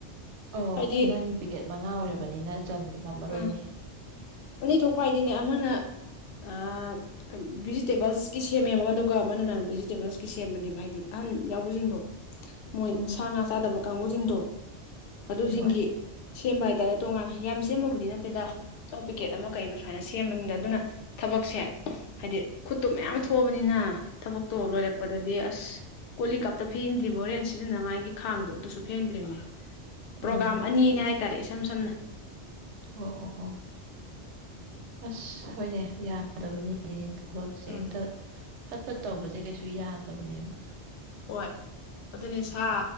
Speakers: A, on the right; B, on the left.
A: ꯑꯣ
B: ꯍꯥꯏꯗꯤ
A: ꯅꯪ ꯄꯤꯀꯦꯠ ꯃꯉꯥ ꯑꯣꯏꯔꯕꯅꯤꯅ ꯆꯟꯂꯝꯃꯔꯣꯏꯅꯦ
B: ꯑꯥ ꯑꯅꯤ ꯊꯣꯛꯄ ꯍꯥꯏꯗꯤꯅꯦ ꯑꯃꯅ ꯑ ꯀꯝ ꯚꯤꯖꯤꯇꯦꯕꯜꯁꯀꯤ ꯁꯦꯝꯃꯦꯕ ꯑꯗꯨꯒ ꯃꯥꯅꯅꯟ ꯚꯤꯖꯤꯇꯦꯕꯜꯁꯀꯤ ꯁꯦꯝꯕꯅꯦꯕ ꯍꯥꯏꯗꯤ ꯑꯍꯟ ꯌꯥꯎꯕꯖꯤꯡꯗꯣ ꯃꯣꯏ
A: ꯎꯝ
B: ꯁꯥ ꯉꯥ ꯆꯥꯗꯕ ꯀꯥꯡꯕꯨꯖꯤꯡꯗꯣ ꯑꯗꯨꯖꯤꯡꯒꯤ
A: ꯍꯣꯏ
B: ꯁꯦꯝꯕ ꯍꯥꯏꯇꯥꯔꯦ ꯇꯣꯉꯥꯟꯅ ꯌꯥꯝ ꯁꯦꯝꯕꯕꯨꯗꯤ ꯅꯠꯇꯦꯗ ꯆꯧ ꯄꯤꯀꯦꯠ ꯑꯃ ꯀꯩ ꯑꯃ ꯁ꯭ꯋꯥꯏꯅ ꯁꯦꯝꯕꯅꯤꯗ ꯑꯗꯨꯅ ꯊꯕꯛꯁꯦ ꯍꯥꯏꯗꯤ ꯈꯨꯠꯇꯨ ꯃꯌꯥꯝ ꯊꯣꯛꯑꯕꯅꯤꯅ ꯊꯕꯛꯇꯣ ꯂꯣꯏꯔꯛꯄꯗꯗꯤ ꯑꯁ ꯀꯣꯜꯂꯤꯛꯀ ꯑꯝꯇ ꯐꯦꯡꯗ꯭ꯔꯤꯕꯣ ꯍꯣꯔꯦꯟ ꯁꯤꯖꯤꯟꯅꯉꯥꯏꯒꯤ ꯈꯥꯡꯗꯣ ꯑꯗꯨꯁꯨ ꯐꯦꯡꯗ꯭ꯔꯤꯕꯅꯤ
A: ꯎꯝ
B: ꯄ꯭ꯔꯣꯒꯥꯝ ꯑꯅꯤꯅ‌ꯦ ꯍꯥꯏꯇꯥꯔꯦ ꯏꯁꯝ ꯁꯝꯅ
A: ꯑꯣ ꯑꯣ ꯑꯣ ꯑꯁ ꯍꯣꯏꯅꯦ ꯌꯥꯗꯕꯅꯤꯅ‌ꯦ ꯊꯕꯛꯁꯦ
B: ꯎꯝ
A: ꯍꯦꯛꯇ ꯐꯠ ꯐꯠ ꯇꯧꯕꯖ‌ꯦ ꯀꯩꯁꯨ ꯌꯥꯗꯕꯅꯦꯕ
B: ꯍꯣꯏ ꯑꯗꯨꯅꯤ ꯁꯥ